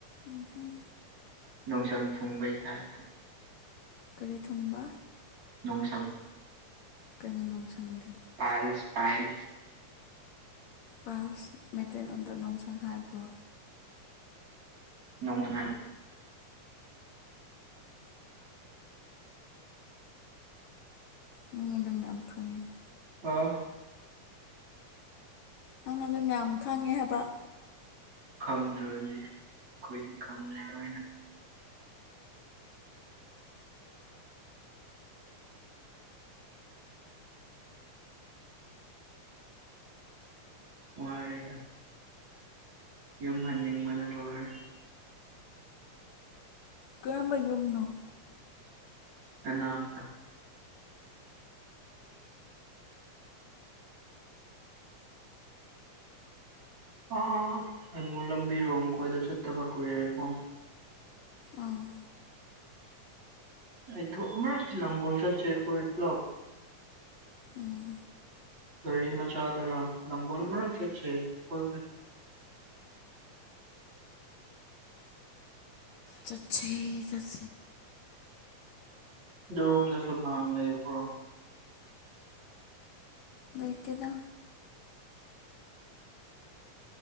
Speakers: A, on the left; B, on the right.
A: ꯎꯝ
B: ꯅꯨꯡꯁꯪ ꯊꯨꯡꯕꯩ ꯇꯥꯏꯞꯇ
A: ꯀꯔꯤ ꯊꯣꯡꯕ
B: ꯅꯣꯡꯁꯥꯡ
A: ꯀꯩꯅꯣ ꯅꯨꯡꯁꯪꯗꯦ
B: ꯄꯥꯏꯜꯁ ꯄꯥꯏꯜꯁ
A: ꯄꯥꯁ ꯃꯩꯇꯩꯔꯣꯟꯗ ꯅꯨꯡꯁꯪ ꯍꯥꯏꯥꯏꯕ꯭ꯔꯣ
B: ꯅꯣꯡꯥꯏ
A: ꯅꯪꯗꯝꯅ ꯌꯥꯝꯌꯥꯝ ꯐꯪꯉꯦꯅꯦ
B: ꯑꯥ
A: ꯅꯪꯅ ꯑꯗꯨꯝ ꯃ ꯈꯪꯉꯦ ꯍꯥꯏꯕ
B: ꯈꯝꯗ꯭ꯔꯗꯤ ꯑꯩꯈꯣꯏꯗꯤ ꯈꯪꯕꯅꯦ ꯀꯃꯥꯏꯅ ꯋꯥꯔꯦꯗ ꯌꯨꯝ ꯍꯟꯅꯤꯡꯕꯅ ꯍꯣꯏ
A: ꯀꯔꯝꯕ ꯌꯨꯝꯅꯣ
B: ꯀꯅꯥꯝꯗ ꯑ ꯑꯥ ꯑꯩꯉꯨꯡ ꯂꯝꯕꯤꯔꯣꯝ ꯀꯣꯏꯗ ꯆꯠꯇꯕ ꯀꯨꯏꯔꯦꯀꯣ
A: ꯑꯥ
B: ꯑꯩꯊꯣ ꯑꯃꯔꯗꯤꯤ ꯂꯪꯒꯣꯜꯆꯔ ꯆꯦ ꯀ ꯏ ꯄ꯭ꯂꯕ
A: ꯎꯝ
B: ꯔꯤ ꯃꯆꯥꯥ ꯇꯔ ꯂꯒꯣꯜ ꯃꯁꯦꯠ ꯀꯣꯏ
A: ꯆꯠꯤ ꯆꯠ
B: ꯔꯗꯁꯨꯕ꯭ꯔꯣ
A: ꯂꯩꯩꯇꯗ